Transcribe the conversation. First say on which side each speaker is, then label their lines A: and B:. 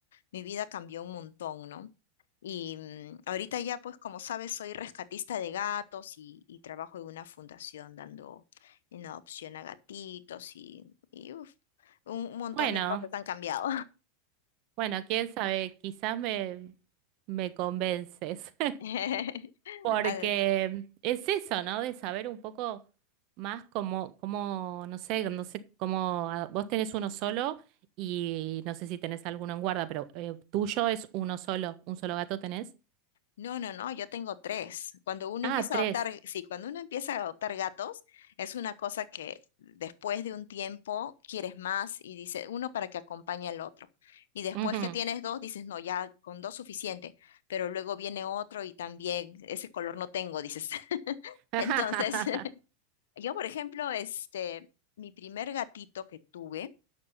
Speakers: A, on the left; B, on the right.
A: mi vida cambió un montón, ¿no? Y mm, ahorita ya, pues como sabes, soy rescatista de gatos y, y trabajo en una fundación dando en adopción a gatitos y, y, uf, un, un montón
B: bueno,
A: de cosas han cambiado.
B: Bueno, quién sabe, quizás me, me convences, <laughs>
A: <laughs>
B: porque
A: Al-
B: es eso, ¿no? De saber un poco más cómo, cómo, no sé, no sé cómo, ah, vos tenés uno solo y no sé si tenés alguno en guarda, pero eh, tuyo es uno solo, un solo gato tenés.
A: No, no, no, yo tengo tres. Cuando uno
B: Ah,
A: empieza
B: tres.
A: a adoptar, sí, cuando uno empieza a adoptar gatos, es una cosa que después de un tiempo quieres más y dice uno para que acompañe al otro. Y después
B: Ujú.
A: que tienes dos, dices, no, ya con dos suficiente, pero luego viene otro y también ese color no tengo, dices. <laughs>
B: <laughs>
A: Entonces, <laughs> yo, por ejemplo, este, mi primer gatito que tuve